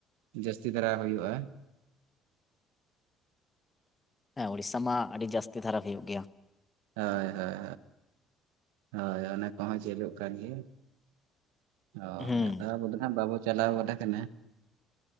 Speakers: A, on the right; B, on the left.
A: ᱡᱟᱹᱥᱛᱤ ᱫᱷᱟᱨᱟ ᱦᱩᱭᱩᱜᱼᱟ
B: ᱦᱮᱸ ᱳᱲᱤᱥᱥᱟ ᱢᱟ ᱟᱹᱰᱤ ᱡᱟᱹᱥᱛᱤ ᱫᱷᱟᱨᱟ ᱦᱩᱭᱩᱜ ᱜᱮᱭᱟ᱾
A: ᱦᱳᱭ ᱦᱳᱭ ᱦᱳᱭ ᱦᱳᱭ ᱚᱱᱟ ᱠᱚᱦᱚᱸ ᱡᱳᱞᱚᱜ ᱠᱟᱱ ᱜᱮᱭᱟ ᱦᱳᱭ
B: ᱦᱩᱸ
A: ᱟᱫᱚ ᱟᱵᱚ ᱫᱚ ᱦᱟᱜ ᱵᱟᱵᱚᱱ ᱪᱟᱞᱟᱣ ᱜᱚᱫ ᱠᱟᱱᱟ